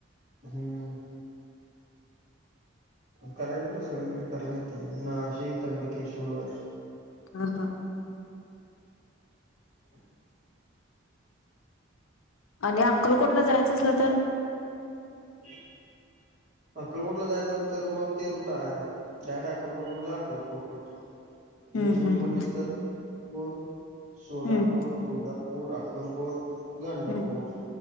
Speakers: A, on the right (about 35°); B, on the left (about 85°).
A: हम्म. करायच म्हट सगळीकडे कराला येते नाशिक त्र्यंबकेश्वर
B: ह हा.
A: <unintelligible>
B: आणि अक्कलकोटला जायचं असल तर?
A: हम्. अक्कलकोटला जायचल तर मग ते रूट आहे, डायरेक्ट अक्कलकोट म्हणजे अक्कलकोट. आणि
B: हम्म
A: रूट
B: हम्म
A: म्हटले अस तरपूर, सोलापूर,
B: हम्म
A: तुळजा पूर, अक्कलकोट, गाणकापूर
B: हम्म हम्म